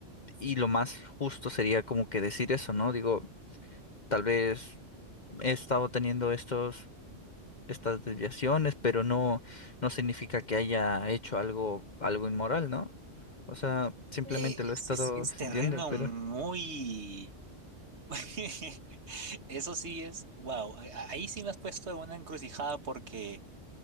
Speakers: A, on the left (about 40°); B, on the right (about 60°).
A: y lo más justo sería como que decir eso, ¿no? Digo, tal vez he estado teniendo estos, estas desviaciones, pero no, no significa que haya hecho algo, algo inmoral, ¿no? O sea, simplemente
B: eh,
A: lo
B: ese
A: he estado
B: sí es
A: sintiendo,
B: terreno
A: pero...
B: muy... <laughs> Eso sí es, wow, ahí sí me has puesto en una encrucijada porque